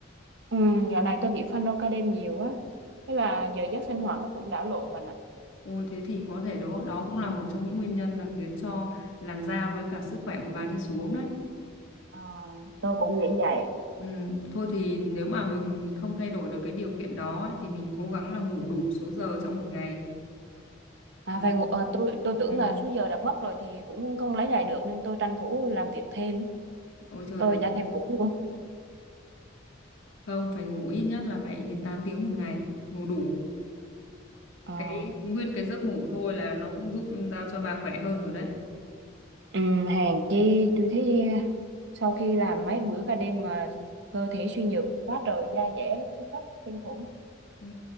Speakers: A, on the right; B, on the left.
A: ừ, dạo này tôi bị phân đo ca đêm nhiều á thế là giờ giấc sinh hoạt nó cũng đảo lộn bà nè
B: Ôi thế thì có thể đó, đó cũng là một trong những nguyên nhân là khiến cho làn da với cả sức khỏe của bà đi xuống đấy.
A: Ờ, tôi cũng nghĩ vậy
B: Ừ, thôi thì nếu mà mình mình không thay đổi được cái điều kiện đó ấy, thì mình cố gắng là ngủ đủ số giờ trong một ngày.
A: à
B: Đó.
A: về ngủ ờ, tôi tôi tưởng
B: Ừ.
A: là số giờ đã mất rồi thì cũng không lấy lại được nên tôi tranh thủ làm việc thêm á.
B: Ôi trời
A: tôi
B: ơi,
A: chả thèm ngủ luôn
B: không phải ngủ ít nhất là 7 đến 8 tiếng một ngày, ngủ đủ.
A: ờ,
B: Cái nguyên cái giấc ngủ thôi là nó cũng giúp giao cho bà khỏe hơn rồi đấy.
A: ừm, hèn chi tôi thấy sau khi làm mấy bữa ca đêm mà cơ thể suy nhược quá trời da dẻ xuống cấp kinh khủng
B: Ừ,